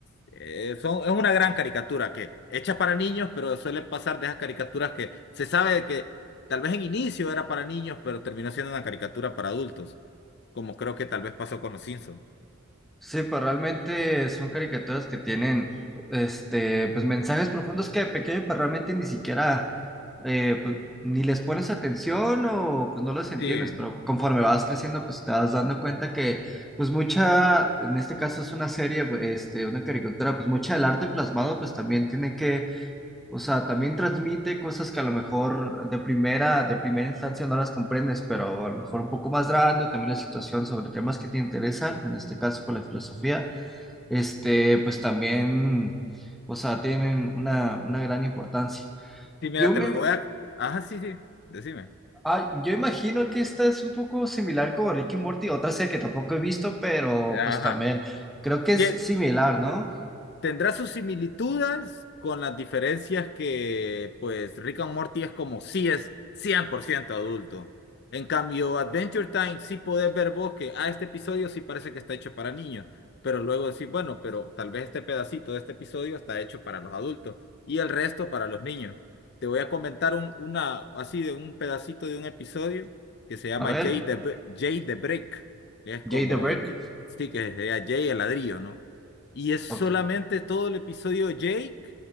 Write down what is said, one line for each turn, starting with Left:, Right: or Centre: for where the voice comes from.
Left: eh, son, es una gran caricatura que hecha para niños, pero suele pasar de esas caricaturas que se sabe que tal vez en inicio era para niños, pero terminó siendo una caricatura para adultos, como creo que tal vez pasó con los Simpsons.
Centre: Sí, pues realmente son caricaturas que tienen, este, pues mensajes profundos que de pequeño, pues realmente ni siquiera, eh, pues ni les pones atención o pues no los entiendes,
Left: Sí,
Centre: pero conforme vas creciendo, pues te vas dando cuenta que, pues mucha, en este caso es una serie, pues, este, una caricatura, pues mucha del arte plasmado, pues también tiene que o sea, también transmite cosas que a lo mejor de primera, de primera instancia no las comprendes, pero a lo mejor un poco más grande, también la situación sobre temas que te interesan, en este caso por la filosofía, este, pues también, o sea, tienen una, una gran importancia.
Left: sí, mira,
Centre: Yo
Left: te
Centre: me,
Left: lo voy a... Ajá, sí, sí, decime.
Centre: ah, yo imagino que esta es un poco similar como Ricky y Morty, otra serie que tampoco he visto, pero
Left: Ajá.
Centre: pues también creo que
Left: Tie-
Centre: es similar, ¿no?
Left: Tendrá sus similitudes con las diferencias que, pues, Rick and Morty es como si es 100% adulto. En cambio, Adventure Time sí podés ver vos que a este episodio sí parece que está hecho para niños, pero luego decís, bueno, pero tal vez este pedacito de este episodio está hecho para los adultos y el resto para los niños. Te voy a comentar un, una, así de un pedacito de un episodio que se llama
Centre: A ver,
Left: Jay the, Bri- Jay the Brick. Es como,
Centre: Jay the Brick,
Left: sí que sería Jay el ladrillo, ¿no? Y es solamente
Centre: ok.
Left: todo el episodio de Jake